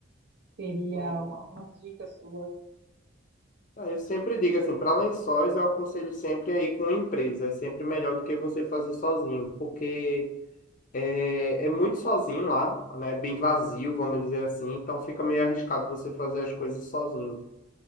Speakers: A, on the right; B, on the left.
A: teria
B: É.
A: algumas dicas suas.
B: Ah, Eu sempre digo assim, para lençóis eu aconselho sempre a ir com empresa, é sempre melhor do que você fazer sozinho, porque É, é muito sozinho lá, né? Bem vazio, vamos dizer assim. Então fica meio arriscado você fazer as coisas sozinho.